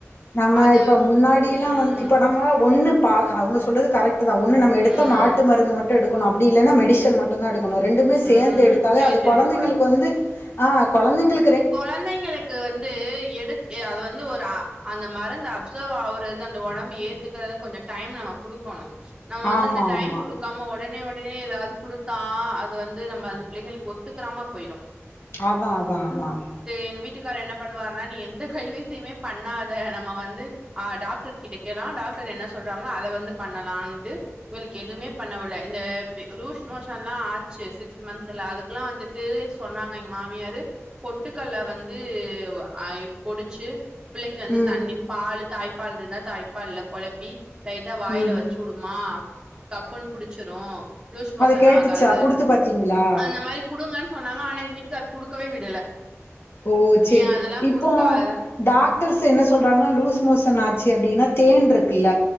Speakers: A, on the left (about 50°); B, on the right (about 20°).
A: நம்ம
B: அது
A: இப்ப முன்னாடியெல்லாம்
B: ம்
A: வந்து இப்ப நம்ம ஒன்னு அவுங்க சொல்றது கரெக்ட் டு தான் ஒன்னு நம்ம எடுத்த
B: ம்
A: நாட்டு மருந்து மட் டும் எடுக்கணும் அப்டி இல்லனா மெடிசன் மட்டும் தான் எடுக் ரெண்டுமே சேர்ந்து
B: ம்
A: எடுத்தாலே
B: சேர்ந்து
A: அது கொழந்தைங்களுக்கு
B: இருக்க
A: வந்து ஆ கொழந்தைங்களுக்
B: கொழந்தங்களுக்கு வந்து எடு அது வந்து ஒரு அ அந்த மருந் து ஆவுறது அந்த உடம்பு ஏற்றுக்கறது கொஞ்சம் டைம் நம்ம குடுக்கணும் நம்ம வந்து
A: ஆமா
B: அந்த டைம்
A: ஆமா
B: குடுக்காம உடனே உட னே ஏதாவது குடுத்தா அது வந்து நம்ம அந்த பிள்ளைங்களுக்கு ஒத்துக்கறாம போயிடும்
A: அதான் அதான் அதான்
B: எங்க வீட்டுக்கார் என்ன பண்ணுவாருன்னா நீ எந்த கைவைத்தியுமே பண்ணாத நம்ம வந்து ஆ டாக்டர் கிட்ட வைக்கலாம் டாக்டர் என்ன சொல்றாங்களோ அதை வந்து பண்ணலாம்னு இவளுக்கு எதுவுமே பண்ணவுல இந்த லுஷ் மோஷன் எல்லாம் ஆச்சு சிக்ஸ் மன்த்ல அதுக்கெல்லாம் வந்துட்டு சொன்னாங்க எங்க மாமியாரு பொட்டுகல்ல வந்து அ பொடிச்சு பிள்ளைக்கு வந்து
A: ம்
B: தண்ணிப் பாலு தாய்ப் பால் இருந்தா தாய்ப்பால்ல கொழப்பி லைட்டா வாயில
A: ம்
B: வச்சுடுமா கப்புன் புடிச்சிரும் லூஸ் மோசன்
A: அது கேட்டுச்சா
B: ஆகாது
A: குடுத்து பாத்தீங்களா
B: அந்த மாரி குடுங்கன் சொன்னாங்க ஆனா எங்க வீட்டுக்கரு குடுக்கவே விடல
A: ஓ செரி
B: நீ அதெல்லா
A: இப்போ
B: குடுக்காத
A: டாக்டர்ஸு என்ன சொல்றாங்கனா லூஸ் மோசன் ஆச்சி அப்டினா தேன்ருக் கில்ல